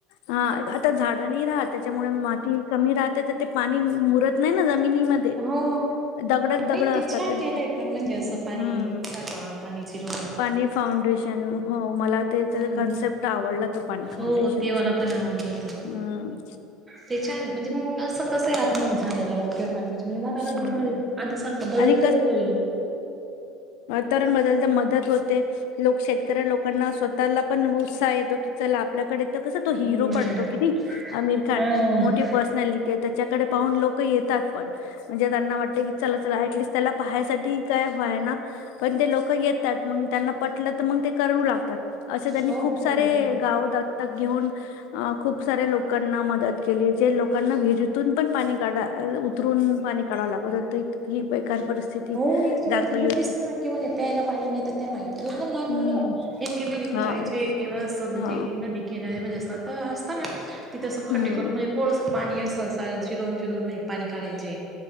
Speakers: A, on the left (about 75°); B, on the right (about 25°).
A: हां आता झाडं नाही राहत त्याच्यामुळे माती कमी राह त त ते पाणी मुरत नाही ना ज मिनीमध्ये
B: हो
A: दगडच दगड
B: नाही
A: असतात.
B: ते छान केलंय पण म्हणजे असं
A: हम्.
B: पाणी साठवा पाणी जिरवा.
A: पाणी फाउंडेशन, हो, मला ते
B: हम्म.
A: कॉन्सेप्ट आवडला तो पाणी फाउंडेशनचा
B: हो ते मला पण आवडलं होतं.
A: हम्.
B: ते छान म्हणजे मंग असं कसं आहे आपण झाडे लावू किंवा पाणी वाचवू म्हणजे. कार
A: हम्म
B: म्हणजे आधी सारखं बदल
A: आणि
B: तरी होईल.
A: तरण बदल तर मदत होते, लोक शेतकऱ्या लोकांना स्वतःला पण उत्साह येतो, की चला आपल्याकडे. कस तो हिरो
B: हम्म.
A: पडतो की अमिर खान
B: हा
A: मोठी पर्सनॅलिटी. त्याच्याकडे पाहून लोक येतात पण. म्हणजे त्यांना वाटतं की चला-चला ऍटलीस्ट त्याला. पाहासाठी काय हाय ना पण ते लोक येतात मग त्यांना. पटलं तर मग ते करू लागतात, असे त्यांनी
B: हो
A: खूप सारे
B: कळत.
A: गाव दा ते घेऊन खूप सऱ्या लोकांना मदत केली जे लोकांना विहिरीतून पण पाणी काढ उतरून पाणी. काडाव लागत होत इतकी बेकार. परिस्थिती
B: हो इतकी म्हणजे
A: दाखवली
B: होतीस
A: होती.
B: ना की म्हणजे प्यायला पाणी नाही तर त्यांना लहान-लहान
A: हम्म
B: मुलं इतके मी विहिरीत उरायचे
A: हा
B: किंवा अस म्हन
A: हा
B: जे नदी कीनारी म्हणजे अस असत ना. तिथसं खड्डे
A: हम्म
B: करून म्हणजे थोडसं. पाणी अस स जिरून-जिरून म्हणजे पाणी काढयचे.